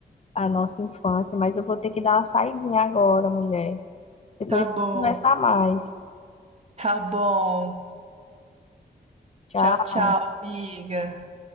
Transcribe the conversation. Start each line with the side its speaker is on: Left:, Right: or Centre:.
Left: A nossa infância. Mas eu vou ter que dar uma saidinha agora, mulher. Depois
Right: Tá
Left: a gente
Right: bom.
Left: conversa mais.
Right: Tá bom.
Left: Tchau.
Right: Tchau, tchau, amiga.